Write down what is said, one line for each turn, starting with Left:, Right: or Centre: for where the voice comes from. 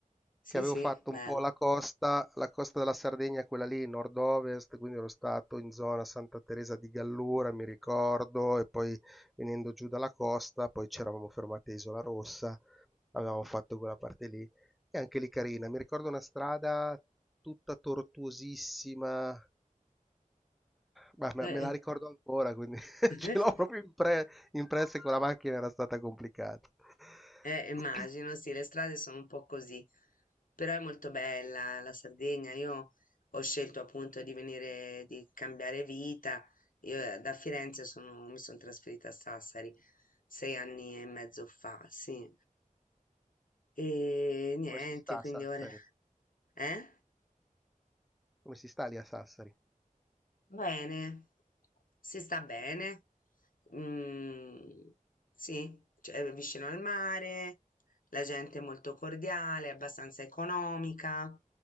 Left: sì,
Centre: che avevo
Left: sì,
Centre: fatto
Left: bello.
Centre: un po' la costa, la costa della Sardegna, quella lì, nord-ovest, quindi ero stato in zona Santa Teresa di Gallura, mi ricordo, e poi venendo giù dalla costa, poi c'eravamo fermati a Isola Rossa, avevamo fatto quella parte lì, e anche lì carina, mi ricordo una strada tutta tortuosissima, eh, ma me,
Left: Eh,
Centre: me la ricordo ancora, quindi <laughs>
Left: <laughs>
Centre: ce l'ho proprio impre- impressa che quella macchina era stata complicata.
Left: eh, immagino,
Centre: <clears throat>
Left: sì, le strade sono un po' così, però è molto bella la Sardegna. Io ho scelto appunto di venire, di cambiare vita. Io eh, da Firenze sono, mi sono trasferita a Sassari sei anni e mezzo fa, sì. E niente,
Centre: Come si sta a
Left: quindi
Centre: Sassari?
Left: ora... Eh?
Centre: Come si sta lì a Sassari?
Left: Bene, si sta bene, mm, sì, cioè, è vicino al mare, la gente è molto cordiale, abbastanza economica